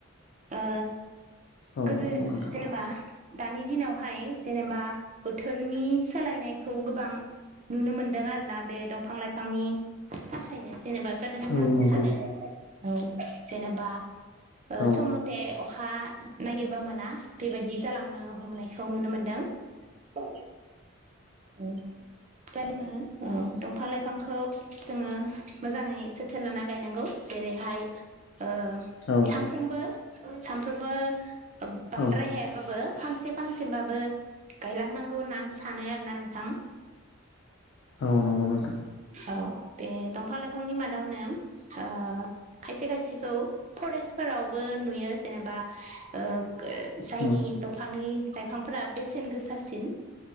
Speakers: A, on the right; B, on the left.
A: ओ
B: औ
A: गोदो
B: नंगौ नोंथां
A: जेनेबा दानि दिनावहाय जेनेबा बोथोरनि सोलायनायखौ गोबां नुनो मोनदों आरोना बे दंफां लाइफांनि थाखायनो। जेनेबा जादों होनना
B: औ
A: आं
B: नंगौ
A: सानो औ। जेनेबा ओ
B: औ
A: सम मथे अखा नागिरबा मोना बेबायदि जालांनो हमनायखौ नुनो मोन दों। औ औ <unintelligible> अ दंफां लाइफांखौ जोङो मोजाङै जोथोन लाना गायनांगौ। जेरैहाय ओ
B: औ
A: सानफ्रोमबो सानफ्रोमबो ओब बांद्राय
B: औ
A: हायाबाबो फांसे फांसेबाबो गायलांनांगौ होनना आं सानो ना नोंथां।
B: औ नंगौ नोंथां।
A: औ बे दंफां लाइफांनि मादावनो ओ खायसे खायसेखौ फरेस्टफोरावबो नुयो जेनेबा। ओ ओ जायनि
B: उम
A: दंफांनि लाइफांफोरा बे सेन गोसासिन।